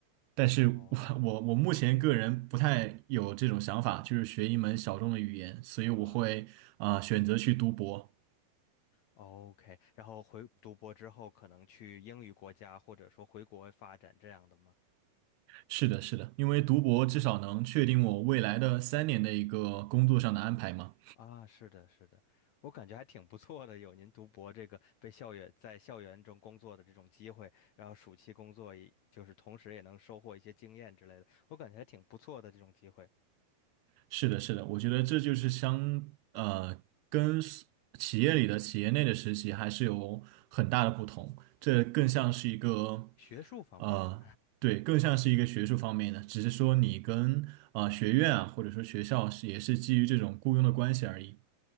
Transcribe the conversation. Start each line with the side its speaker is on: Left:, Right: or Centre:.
Right: 但是我我我目前个人不太有这种想法，
Left: 哦，
Right: 就是学一门小众的语言，所以我会啊、
Left: 啊。
Right: 呃选择去读博。
Left: OK，然后回读博之后，可能去英语国家，或者说回国外发展这样的吗？
Right: 是的，是的，因为读博至少能确定我未来的三年的一个工作上的安排嘛。
Left: 啊，是的，是的，我感觉还挺不错的，有您读博这个被校园在校园中工作的这种机会，然后暑期工作也就是同时也能收获一些经验之类的，我感觉还挺不错的这种机会，
Right: 是的，是的，我觉得这就是相呃跟 s- 企业里的企业内的实习还是有很大的不同，这更像是一个
Left: 学术方面的。
Right: 呃对，更像是一个学术方面的，只是说你跟啊、呃学院啊或者说学校是也是基于这种雇佣的关系而已。